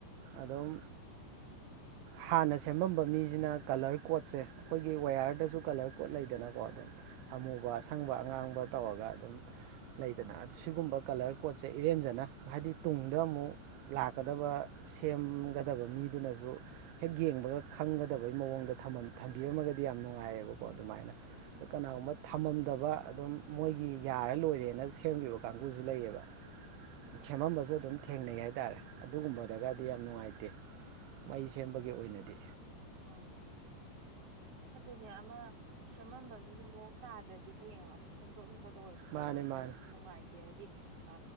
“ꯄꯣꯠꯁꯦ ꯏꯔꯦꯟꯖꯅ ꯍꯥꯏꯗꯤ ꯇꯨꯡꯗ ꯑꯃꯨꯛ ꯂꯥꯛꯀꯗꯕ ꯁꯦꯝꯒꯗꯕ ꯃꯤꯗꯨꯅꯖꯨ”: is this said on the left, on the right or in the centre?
Right